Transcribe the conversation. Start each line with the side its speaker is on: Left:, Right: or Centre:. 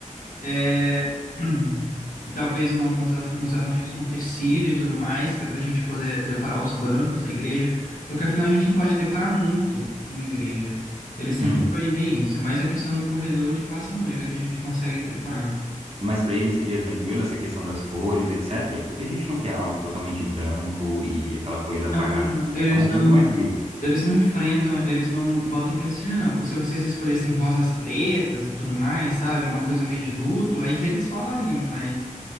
Left: É, <clears throat> hum, talvez uma- uns, ar- uns arranjos com tecido e tudo mais, que é para a gente poder decorar os bancos da igreja, porque afinal a gente não pode decorar muito uma igreja. Eles sempre
Right: uhum.
Left: proíbem isso, é mais a questão do corredor onde passa a noiva que a gente consegue decorar.
Right: Mas para ele seria tranquilo essa questão das cores, etc. Porque a gente não quer algo totalmente branco e aquela coisa apagada.
Left: Ah, não,
Right: A gente
Left: eles
Right: quer uma
Left: não.
Right: coisa mais viva.
Left: Eles não enfrentam, eles não botam empecilho, não. Se vocês escolhessem rosas pretas e tudo mais, sabe? Uma coisa meio de luto, aí eles falariam, mas